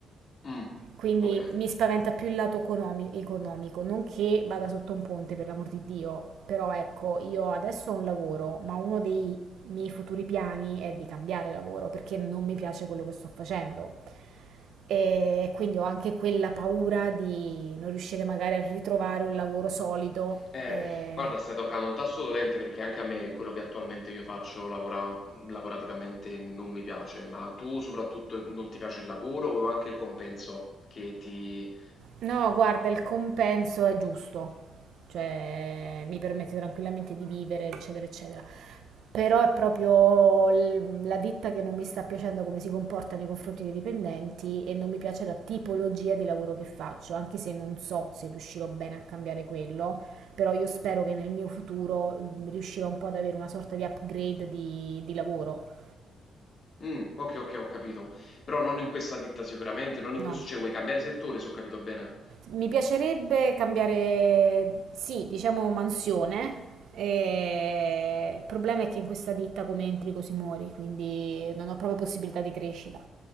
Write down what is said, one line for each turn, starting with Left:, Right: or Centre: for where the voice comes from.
Left: Mh,
Right: Quindi
Left: okay.
Right: mi spaventa più il lato economi- economico, non che vada sotto un ponte, per l'amor di Dio, però ecco, io adesso ho un lavoro, ma uno dei miei futuri piani è di cambiare lavoro perché non mi piace quello che sto facendo. E quindi ho anche quella paura di non riuscire magari a ritrovare un lavoro solido.
Left: Eh,
Right: E-
Left: guarda, stai toccando un tasto dolente perché anche a me quello che attualmente io faccio lavora mhmm, lavorativamente non mi piace, ma tu soprattutto non ti piace il lavoro o anche il compenso che ti
Right: No, guarda, il compenso è giusto, cioè mi permette tranquillamente di vivere, eccetera, eccetera. Però è proprio l- la ditta che non mi sta piacendo come si comporta nei confronti dei dipendenti e non mi piace la tipologia di lavoro che faccio, anche se non so se riuscirò bene a cambiare quello, però io spero che nel mio futuro mm, riuscirò un po' ad avere una sorta di upgrade di, di lavoro.
Left: mh, okay, okay, ho capito. Però non in questa ditta sicuramente, non in
Right: No.
Left: questo cioè vuoi cambiare settore se ho capito bene.
Right: Mi piacerebbe cambiare, sì, diciamo mansione. e- Il problema è che in questa ditta come entri così muori, quindi non ho proprio possibilità di crescita.